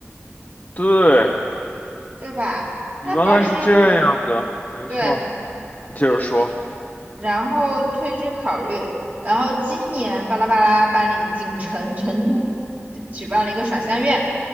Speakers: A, on the left; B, on the right.
A: 对，
B: 对吧？他本儿里面肯定
A: 原来是这样的，没错，
B: 对。
A: 你接着说，
B: 然后退居考虑，然后今年巴拉巴拉办理锦城成都举办了一个赏香月，